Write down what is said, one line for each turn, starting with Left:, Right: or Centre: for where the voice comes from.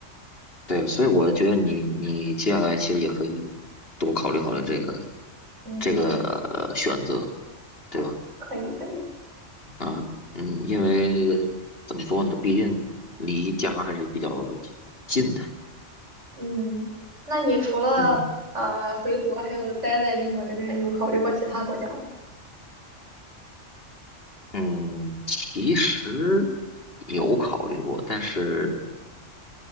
Left: 对，所以我觉得你你接下来其实也可以多考虑考虑这个
Right: 嗯，
Left: 这个呃选择，对吧？
Right: 可以可以，
Left: 啊嗯，因为怎么说呢，毕竟离家还是比较近的。
Right: 嗯，那你除了呃回国，
Left: 嗯
Right: 还有待在英国这边，有考虑过其他国家吗？
Left: 嗯，其实有考虑过，但是。